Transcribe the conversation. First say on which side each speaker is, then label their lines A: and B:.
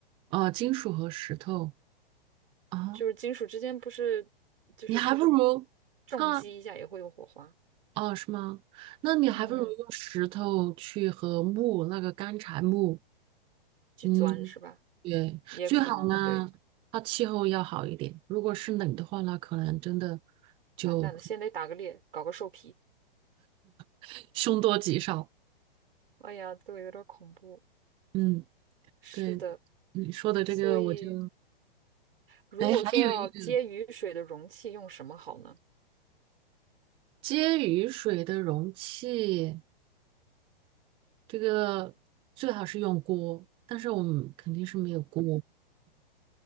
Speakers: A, on the right (about 20°); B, on the right (about 70°).
A: 呃，金属和石头啊，
B: 就是金属之间不是就是
A: 你还不如它
B: 重击一下也会有火花，
A: 哦，是吗？那你还不如用石头去和木那个干柴木。
B: 嗯，去钻是吧？
A: 嗯，对，
B: 也可能对，
A: 最好呢，它气候要好一点。如果是冷的话呢，可能真的就
B: 完蛋了，先得打个猎，搞个兽皮，
A: <laughs> 凶多吉少。
B: 哎呀，对，有点恐怖。
A: 嗯，
B: 是的，
A: 对，你说的这个我就，
B: 所以如果说要接雨水的容器用什么好呢？
A: 哎，还有一个接雨水的容器，这个最好是用锅，但是我们肯定是没有锅，